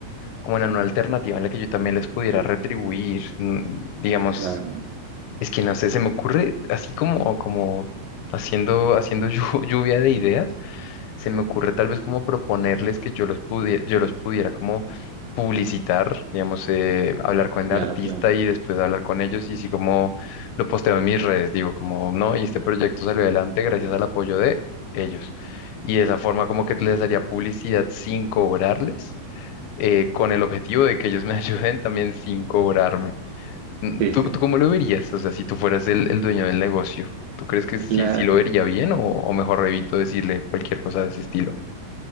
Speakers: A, on the left (about 80°); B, on the right (about 80°).
A: como en una alternativa en la que yo también les pudiera retribuir. mm, Digamos,
B: Claro,
A: es que no sé, se me ocurre así como, como haciendo, haciendo <laughs> llu- lluvia de ideas. se me ocurre tal vez como proponerles que yo los pudiera, yo los pudiera como publicitar, digamos, eh, hablar con el
B: claro,
A: artista
B: claro.
A: y después hablar con ellos y si como lo posteo en mis redes, digo como, no, y este proyecto salió adelante gracias al apoyo de ellos. Y de esa forma como que les haría publicidad sin cobrarles, eh, con el objetivo de que ellos me <laughs> ayuden también sin cobrarme. Mm,
B: Sí,
A: ¿Tú,
B: sí.
A: tú cómo lo verías? O sea, si tú fueras el, el dueño del negocio, ¿tú crees que
B: La,
A: sí, sí lo vería bien o, o mejor evito decirle cualquier cosa de ese estilo?